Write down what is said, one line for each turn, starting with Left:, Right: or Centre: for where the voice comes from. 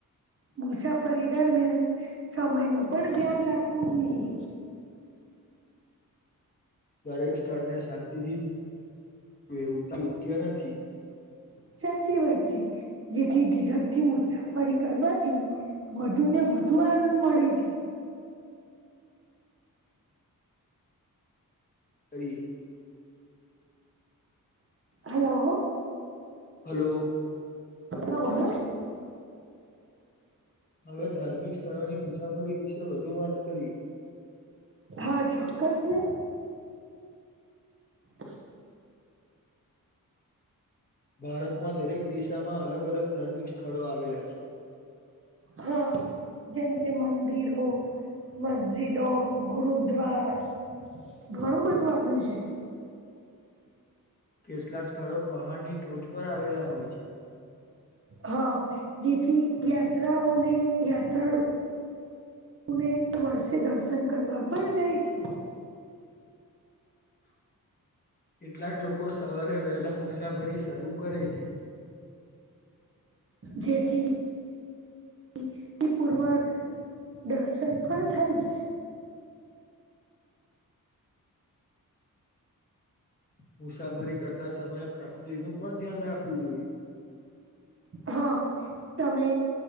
Right: મુસાફરી દરમિયાન સમય નું પણ ધ્યાન રાખવું જોઈએ
Left: દરેક સ્થળને શાંતિથી <inaudible> એવું તો યોગ્ય નથી
Right: સાચી વાત છે જેથી ઘીરજ થી મુસાફરી કરવાથી વધુ ને વધુ આનંદ મળે છે
Left: કરી
Right: <inaudible> હલો
Left: હલો
Right: એટલે બધું
Left: હવે ધાર્મિક સ્થળોની મુસાફરી વિશે વધુ વાત કરીએ
Right: હા ચોક્કસને. <inaudible>
Left: ભારતમાં દરેક દિશામાં અલગ અલગ ધાર્મિક સ્થળો આવેલા છે.
Right: હા જમ કે મંદિર હો મસ્જિદ હો ગુરુદ્વાર ઘણું બધું આવ્યું છે.
Left: કેટલાક સ્થળો પહાડની ટોચ પર આવેલા હોય છે.
Right: હા જેથી યાત્રાઓને યાત્રાળુ <inaudible> ને વર્ષે દર્શન કરવા પણ જાય છે
Left: <inaudible> કેટલાક લોકો સવારે વહેલા મુસાફરી શરૂ કરે છે
Right: જેથી <inaudible> પૂર્વક દર્શન પણ થાય છે
Left: મુસાફરી કરતા સમયે <inaudible> નું પણ ધ્યાન રાખવું જોઈએ
Right: હા તમે